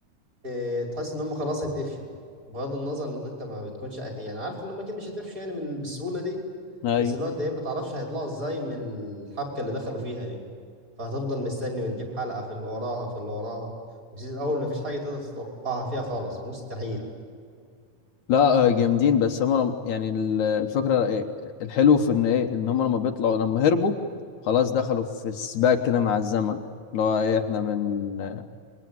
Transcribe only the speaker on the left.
ايوه
لا آه، جامدين بس هما لم- يعني ال- الفكره إيه؟ الحلو في ان ايه ان هما لما بيطلعوا لما هربوا خلاص دخلوا في سباق كده مع الزمن اللي هو ايه احنا من